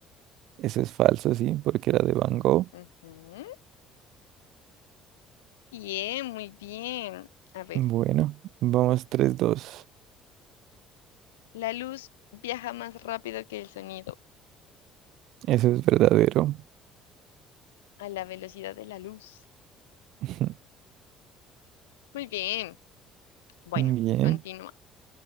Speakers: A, on the right; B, on the left.
A: Eso es falso, sí, porque era de Van Gogh.
B: Ujú. Bien, muy bien. A ver,
A: Bueno, vamos tres, dos,
B: la luz viaja más rápido que el sonido.
A: Eso es verdadero.
B: a la velocidad de la luz.
A: <laughs>
B: Muy bien. Bueno,
A: Bien,
B: continúa.